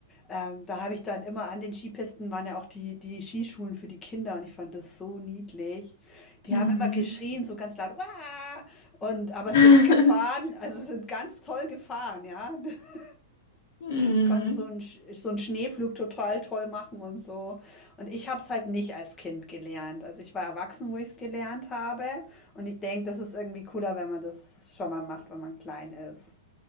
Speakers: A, on the left (about 20°); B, on the left (about 65°).
A: Ähm, da habe ich dann immer an den Skipisten waren ja auch die, die Skischulen für die Kinder und ich fand das so niedlich. Die
B: Mhm.
A: haben immer geschrien, so ganz laut, Wah! und aber
B: <laughs>
A: sind gefahren, also sind ganz toll gefahren, ja. <laughs>
B: Mhm.
A: Die konnten so einen, Sch- so einen Schneeflug total toll machen und so. Und ich habe es halt nicht als Kind gelernt. Also ich war erwachsen, wo ich es gelernt habe. Und ich denke, das ist irgendwie cooler, wenn man das schon mal macht, wenn man klein ist.